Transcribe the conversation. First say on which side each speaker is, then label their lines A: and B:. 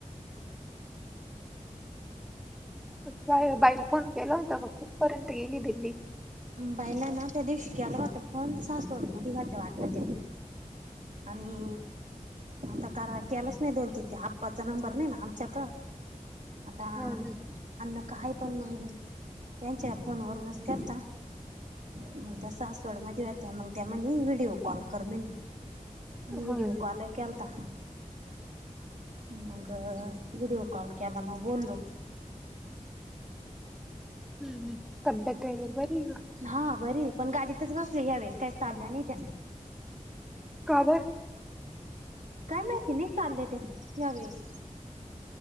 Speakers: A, in the centre; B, on the right.
A: बा बाईल फोन केला होता का? कुठपर्यंत गेली दिंडी?
B: बायला ना त्या दिवशी केला वता फोन सासवड मधी होत्या वाटत त्या. आणि आता करा केलंच नाही, दोन तीन ते आप्पाचा नंबर नाही ना आमच्या क. आता
A: हम्म,
B: अण्णा का हाय, पण मग त्यांच्या फोनवरूनचं केलता. मग त्या सासवड मध्ये होत्या, मग त्या म्हणी व्हिडिओ कॉल कर म्ह व्हीडीव
A: हम्म,
B: कॉल केलता मग व्हिडिओ कॉल केला, मग बोललो.
A: हम्मम तब्यात वगैरे बरी का?
B: हा बरी पण गाडीतच बसले, ह्यावेळेस काही चालल्या नाही त्या.
A: का बरं?
B: काय माहिती नाही, चालल्या त्या यावेेळेस.